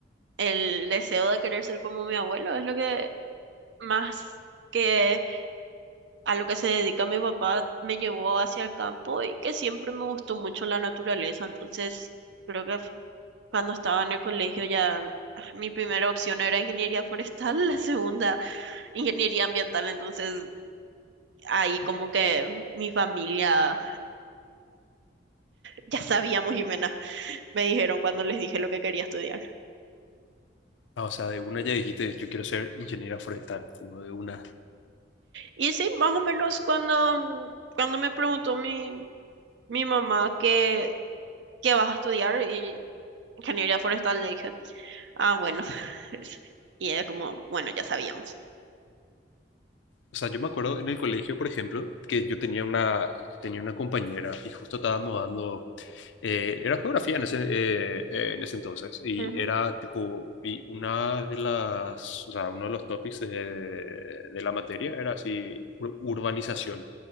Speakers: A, on the right (about 75°); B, on the left (about 90°).
A: el deseo de querer ser como mi abuelo es lo que más que a lo que se dedica mi papá me llevó hacia el campo y que siempre me gustó mucho la naturaleza. Entonces, creo que f- cuando estaba en el colegio ya ah, mi primera opción era ingeniería forestal, <laughs> la segunda ingeniería ambiental. Entonces, ahí como que mi familia, ya sabíamos, Jimena, me dijeron cuando les dije lo que quería estudiar.
B: Ah, o sea, de una ya dijiste, yo quiero ser ingeniera forestal, tipo, de una.
A: Y sí, más o menos cuando, cuando me preguntó mi, mi mamá qué, qué vas a estudiar, y ingeniería forestal, le dije, ah, bueno. <laughs> Y era como, bueno, ya sabíamos.
B: O sea, yo me acuerdo en el colegio, por ejemplo, que yo tenía una, tenía una compañera y justo estábamos dando, eh, era geografía en ese, eh, eh, en ese entonces, y
A: Ujú.
B: era tipo, y una de las, o sea, uno de los topics de, de la materia era así, ur- urbanización.